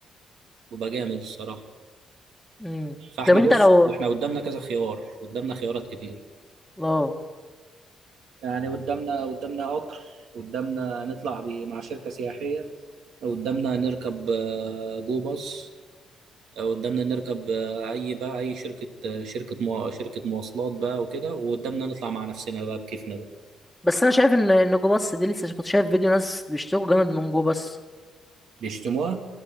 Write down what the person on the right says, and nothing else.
وبيبقى جامد الصراحه
فاحنا
بص
احنا قدامنا كذا خيار قدامنا خيارات كتير
يعني قدامنا قدامنا قطر قدامنا نطلع ب- مع شركة سياحية قدامنا نركب آه، جو باص قدامنا نركب آه، اي بقى اي شركه آه، شركه مو... شركه مواصلات بقى وكده وقدامنا نطلع مع نفسنا بقى بكيفنا بقى
بيشتموها